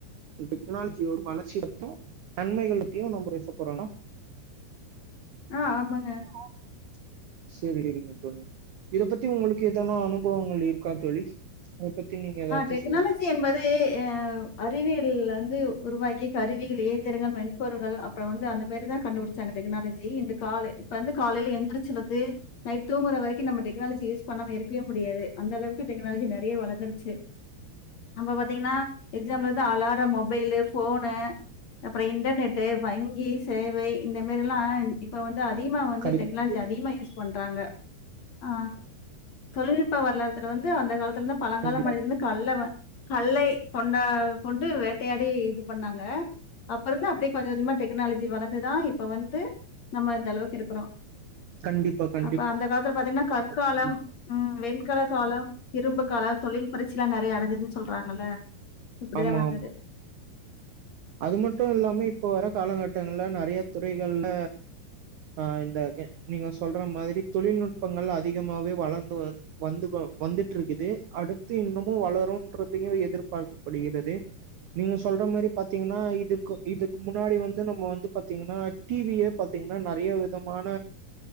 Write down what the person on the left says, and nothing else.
ஆ ஆமாங்க
டெக்னாலஜி
என்பது கெ ஆ அறிவியல் வந்து உருவாக்கி கருவியல் இயந்திரங்கள் மென்பொரு்கள் அப் அப்புற வந்து அந்த மாரிதா கண்டுபுடிச்சாங்க டெக்னாலஜி இந்த கால இப்ப வந்து காலையில எந்திரிச்சதுல இருந்து நைட் தூங்குற வரைக்கு நம்ம டெனாலஜி யூஸ் பண்ணாம இருக்கவே முடியாது அந்த அளவுக்கு டெக்னாலஜி நெறைய வளர்ந்துரு சரி அப்ப பாத்தீங்கன்னா எக்ஸாம்ல இருந்து அலாரம் மொபைலு ஃபோனு அப்புற இன்டர்நெட்டு வங்கி சேவை இந்த மாரிலா இப்ப வந்து அதிகமா வந்து
டெக்னாலஜி
அதிகமா யூஸ் பண்றாங்க ஆ தொழில்நுட்ப வரலாறுத்துல வந்து அந்த காலத்துல இருந்தா பழங்காலம்
இருந்து கல்ல வ கல்லை கொண்டா கொண்டு வேட்டையாடி இது பண்ணாங்க அப்புறந்தா அப்டியே கொஞ்ச கொஞ்சமா டெக்னாலஜி வளர்ந்துதா இப்ப வந்து நம்ம இந்த அளவுக்கு இருக்குறோ
அப்ப அந்த காலத்துல பாத்தீங்கன்னா கற்காலம்
ம் வெண்கல காலம் இரும்பு கால தொழில் புரட்சிலா நறைய அடஞ்சதுன் சொல்றாங்கல்ல இப்டிதா
வந்தது